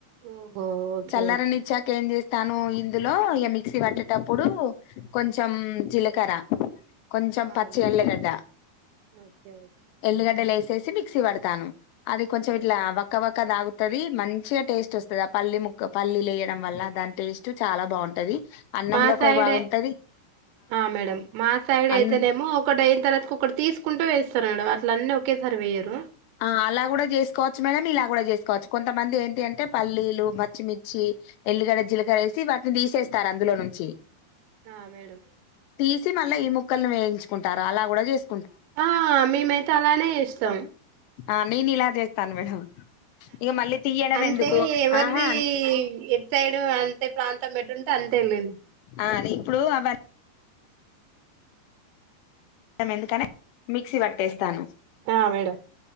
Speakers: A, on the right (about 80°); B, on the left (about 80°).
A: ఓహో ఓకే
B: చల్లరని
A: ఓకే
B: ఇచ్చాక ఏం చేస్తాను ఇందులో ఇక మిక్సీ పట్టేటప్పుడు కొంచెం జీలకర్ర కొంచెం
A: ఆ
B: పచ్చి
A: మేడం
B: ఉల్లిగడ్డ
A: ఓకే ఓకే
B: ఎల్లుగడ్డ లే చ్చేసి మిక్సీ పెడతాను అది కొంచం ఇట్ల వక వక్క దాగుతాది మంచిగా టేస్ట్ వస్తది ఆ పల్లి పల్లీలు వేయడం వల్ల దాన్ టేస్ట్ చాల బాగుంటది అన్నంలో
A: మా
B: ఒక
A: సైడే
B: బాగుంటది
A: ఆ మేడమ్ మా సైడ్
B: అన్
A: అయితేనేమో ఒకటి అయిన తర్వాతకు ఒకటి తీసుకుంటు వేస్తా మేడం అట్లన్నీ ఒకేసారి వెయ్యరు
B: ఆ అలా కూడా చేసుకోవచ్చు మేడం ఇలా కూడా చేసుకోవచ్చు కొంతమంది ఏంటి అంటే పల్లీలు పచ్చిమిర్చి ఎల్లుగడ జీలకర్ర వేసి వాటిని తీసేస్తారు అందులో నుంచి
A: ఆ మేడం
B: తీసి మళ్ళ ఈ ముక్కలని వేయించుకుంటారు అలా కూడ చేస్
A: హా మేమైతే అలానే చేస్తాం
B: ఆ నేన ఇలా చెస్తాన్ మేడం ఇక మళ్ళీ తీయడం
A: అంటే
B: ఎందుకు
A: ఎవర్ది
B: ఆహా
A: ఎడ్ సైడ్ అంటే ప్రాంత టమేటుంటె అంత వెళ్ళండి
B: అది ఇప్పుడు అవన్న ఎందుకని మిక్సీ పట్టేస్తాను
A: ఆ మేడం